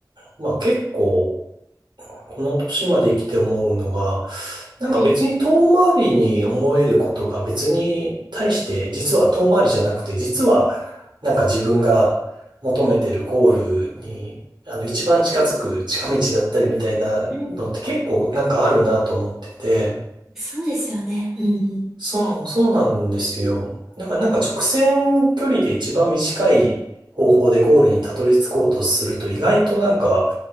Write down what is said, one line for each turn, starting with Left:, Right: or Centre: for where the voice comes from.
Right: の、まあ結構、この年まで生きて思うのが、なんか別に遠回りに思えることが別に対して実は遠回りじゃなくて実は
Centre: はい。
Right: なんか自分が求めてるゴールにあの一番近づく近道だったりみたいなのって結構なんかあるなと思ってて
Centre: うん。そうですよね。うんうん。
Right: そうそうなんですよだからなんか直線距離で一番短い方法でゴールにたどり着こうとすると意外となんか